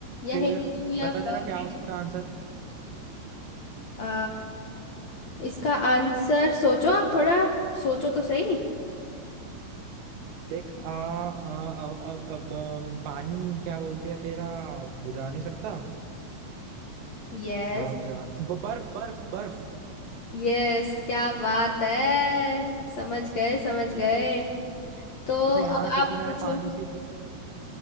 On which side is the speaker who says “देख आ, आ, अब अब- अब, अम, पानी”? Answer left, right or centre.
Right